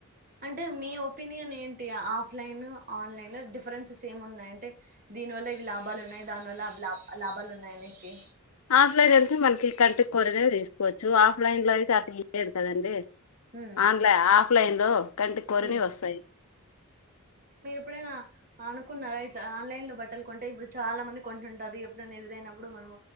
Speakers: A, on the right; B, on the left.
A: అంటే మీ ఒపీనియన్ ఏంటి ఆఫ్లైన్ ఆన్లైన్ లో డిఫరెన్సె ఏం ఉన్నాయి అంటే దీని వల్ల ఇవి లాభాలు ఉన్నాయి దాని వల్ల అవి లాబ్ లాభాలు ఉన్నాయి అనేకి
B: ఆఫ్లైన్ ఎళ్తే మనకి కంటి కోరిననే తీసుకోవచ్చు ఆఫ్లైన్ లో అయితే అది లేదు కదండి
A: ఉమ్
B: ఆన్లై ఆఫ్లైన్ లో కంటి కోరినీ
A: ఉమ్
B: వస్తాయి
A: ప్పుడైనా అనుకున్నారా ఇట్ల ఆన్లైన్ లో బట్టలు కొంటే ఇప్పుడు చాలా మంది కొంటుంటారు ఎప్పుడైనా ఎదురైననప్పుడు మనం